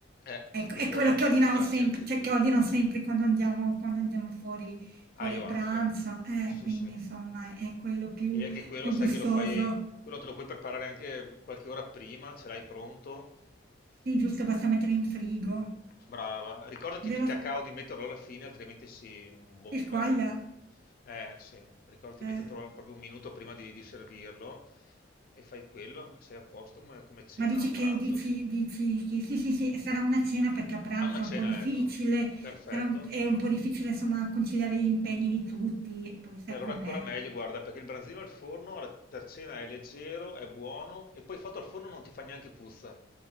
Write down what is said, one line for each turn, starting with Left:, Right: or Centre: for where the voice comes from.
Left: Eh,
Right: Ecco,
Left: quello
Right: è quello che ordinavo
Left: piace
Right: sempre
Left: a tutti.
Right: cioè che ordino sempre quando andiamo quando andiamo fuori fuori
Left: Ah, io
Right: a pranzo,
Left: anche.
Right: eh,
Left: Sì,
Right: quindi
Left: sì.
Right: insomma è quello più
Left: E anche quello,
Right: più
Left: sai
Right: gustoso.
Left: che lo fai, quello te lo puoi preparare anche qualche ora prima, ce l'hai pronto.
Right: Sì, giusto, basta mettere in frigo.
Left: Brava. Ricordati
Right: Devo
Left: di cacao di metterlo alla fine, altrimenti si bomba.
Right: si squaglia?
Left: Eh, sì, ricordati
Right: Eh.
Left: di metterlo proprio un minuto prima di, di servirlo e fai quello, sei a posto come, come cena
Right: Ma dici
Left: o
Right: che,
Left: pranzo,
Right: dici,
Left: insomma.
Right: dici che sì, sì, sì, sarà una cena perché a pranzo
Left: A una
Right: è
Left: cena,
Right: un po' difficile,
Left: ecco. Perfetto.
Right: sarà un- è un po' difficile insomma conciliare gli impegni di tutti, poi sai
Left: E allora
Right: com'è.
Left: ancora meglio, guarda, perché il branzino al forno alla- per cena è leggero, è buono e poi fatto al forno non ti fa neanche puzza,